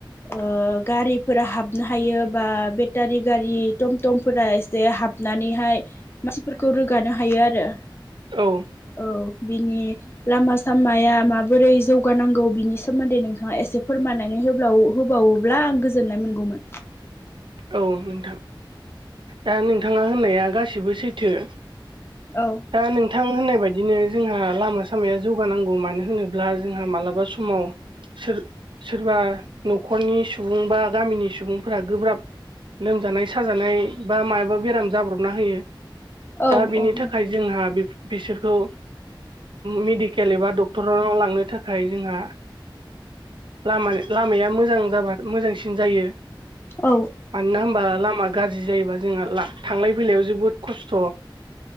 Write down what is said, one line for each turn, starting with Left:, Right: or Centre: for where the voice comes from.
Left: ओ गारिफोरा हाबनो हायो बा बेटारि गारि टमटमफोरा एसे हाब। नानैहाय मानसिफोरखौ रोगानो हायो आरो।
Right: औ।
Left: औ बिनि लामा सामाया माबोरै जौगानांगौ बिनि सोमोन्दै नोंथाङा एसे फोरमायनानै। होब्लावो होबावोबा आं गोजोननाय मोनगौमोन।
Right: औ नोंथां दा नोंथाङा होननाया गासिबो सैथो।
Left: औ
Right: दा नोंथां होननाय बायदिनो जोंहा लामा सामाया। जौगानांगौ मानो होनोब्ला जोंहा मालाबा समाव। सोर सोरबा न'खरनि सुबुं बा गामिनि सुबुंफोरा गोब्राब। लोमजानाय साजानाय बा मायबा बेराम जाब्रबना होयो।
Left: औ
Right: दा बिनि
Left: औ।
Right: थाखाय जोंहा बिसोरखौ। मेडिकेल एबा डक्टरनाव लांनो थाखाय जोंहा। लामानि लामाया मोजां जाबा मोजांसिन जायो
Left: औ
Right: मानोना होनबा लामा गाज्रि जायोबा जोंहा थांलाय फैलायाव जोबोद खसथ